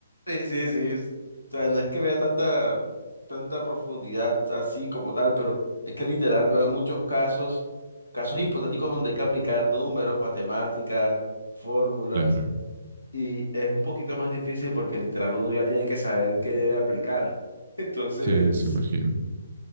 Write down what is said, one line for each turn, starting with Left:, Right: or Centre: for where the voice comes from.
Left: Sí, sí, sí. es- O sea, no es que vea tanta, tanta profundidad así como tal, pero es que literal veo muchos casos, casos hipotéticos donde hay que aplicar números, matemáticas, fórmulas,
Right: Claro,
Left: y es un poquito más difícil porque literal uno ya tiene que saber qué debe aplicar. <laughs> Entonces,
Right: sí, se imagino.